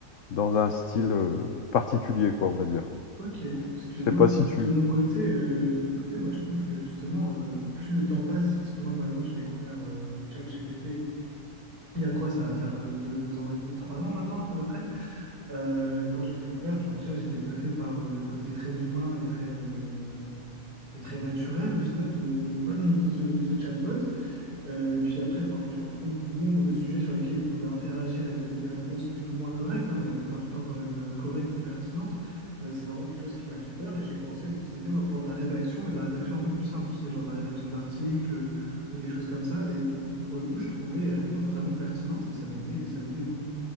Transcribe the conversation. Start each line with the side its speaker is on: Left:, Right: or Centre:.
Left: dans un style, heu, particulier quoi, on va dire.
Right: Ok, parce que
Left: Je
Right: moi,
Left: sais pas
Right: de
Left: si tu
Right: mon côté, euh, de mon côté, moi, je trouve que justement, euh, plus le temps passe, parce que moi, par exemple, j'ai découvert euh, ChatGPT. Il y a quoi, ça va faire euh, deux ans et demi, trois ans maintenant, à peu près. Euh, quand je l'ai découvert, genre déjà, j'étais bluffé par euh, le côté très humain et très, euh, et très naturel au final de, <clears throat> de ce, de ce chatbot. Euh, et puis après, quand je me suis rendu compte du nombre de sujets sur lesquels ils pouvaient interagir et donner des réponses plus ou moins correctes, hein, mais la plupart du temps quand même euh, correctes ou pertinentes, euh, c'est vraiment quelque chose qui m'a fait peur et j'ai commencé à l'utiliser moi pour de la rédaction, mais de la rédaction un peu plus simple, tu sais, genre de la rédaction d'articles euh, ou des choses comme ça. Et pour le coup, je trouvais les réponses vraiment pertinentes et ça m'aidait, ça m'aidait beaucoup.